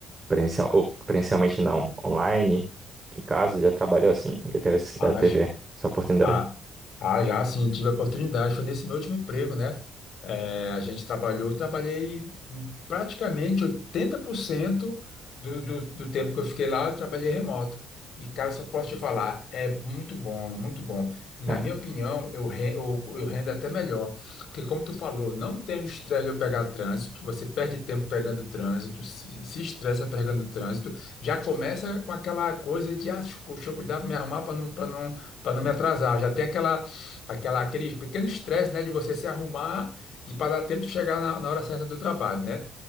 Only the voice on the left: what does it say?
Ah,
j-
ah, ah, já sim, tive a oportunidade. Foi nesse meu último emprego, né? É, a gente trabalhou, eu trabalhei hum, praticamente 80% do, do, do tempo que eu fiquei lá, eu trabalhei remoto. E, cara, só posso te falar, é muito bom, muito bom. Na
minha opinião, eu, re- eu, eu rendo até melhor. Porque, como tu falou, não tem o estresse de pegar trânsito, você perde tempo pegando trânsito, se, se estressa pegando trânsito, já começa com aquela coisa de, ah, deixa eu deixa eu cuidar para me arrumar para não, para não para não me atrasar. Já tem aquela, aquela, aquele pequeno estresse, né, de você se arrumar e para dar tempo de chegar na, na hora certa do trabalho, né?